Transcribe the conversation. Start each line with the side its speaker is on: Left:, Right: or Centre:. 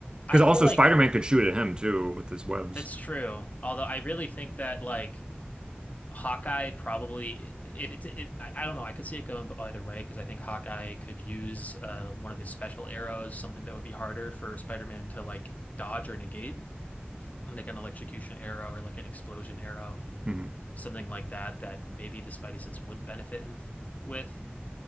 Left: I
Right: Because
Left: feel
Right: also
Left: like.
Right: Spider-Man could shoot at him too with his webs.
Left: That's true. Although I really think that like Hawkeye probably if it's it, I I don't know, I could see it going either way because I think Hawkeye could use uh one of his special arrows, something that would be harder for Spider-Man to like dodge or negate, like an electrocution arrow or like an explosion arrow,
Right: hmm
Left: something like that that maybe the Spidey sense wouldn't benefit him f with,